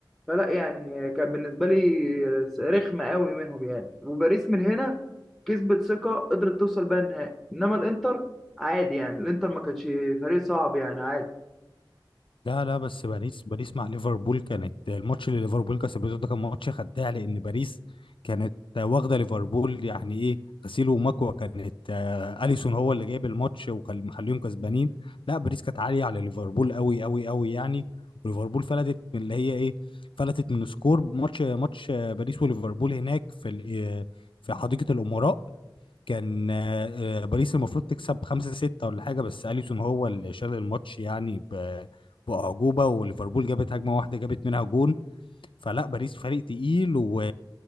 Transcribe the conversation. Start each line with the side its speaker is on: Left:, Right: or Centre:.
Centre: فلا يعني كان بالنسبه لي رخمه قوي منهم يعني وباريس من هنا كسبت ثقه قدرت توصل بقى النهائي انما الانتر عادي يعني الانتر ما كانش فريق صعب يعني عادي
Left: لا لا بس باريس باريس مع ليفربول كانت الماتش اللي ليفربول كسبته ده كان ماتش خداع لان باريس كانت واخده ليفربول يعني ايه غسيل ومكوى كانت آه، اليسون هو اللي جايب الماتش ومخليهم كسبانين لا باريس كانت عاليه على ليفربول قوي قوي قوي يعني وليفربول فلتت من اللي هي ايه فلتت من سكور ماتش ماتش آه، باريس وليفربول هناك في ال- آه، في حديقه الامراء كان آه، آه، باريس المفروض تكسب خمسة ستة ولا حاجة بس أليسون هو اللي شال الماتش يعني ب- بأعجوبة وليفربول جابت هجمة واحدة جابت منها جون فلا باريس فريق تقيل و...